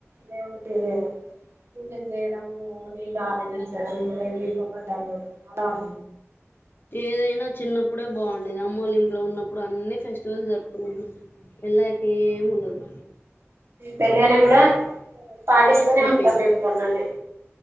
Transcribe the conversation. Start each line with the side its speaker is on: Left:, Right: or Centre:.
Right: దేవుని దీవెన పూజలు చేయడము నీళ్ళు ఆరగించడం కొబ్బరికాయలు కొట్టడం అలవాటు
Left: ఏదైనా చిన్న అప్పుడే బాగుండేది అమ్మోళ్ల ఇంట్లో ఉన్నప్పుడు అన్ని ఫెస్టివల్ జరుపుకున్నాది ఎలాకి ఏం ఉన్నదు
Right: పెళ్ళ అనా కూడా పాటిస్తూనే
Left: పనే సరిపోయిద్ది
Right: ఉంటాం మేము కొన్నాని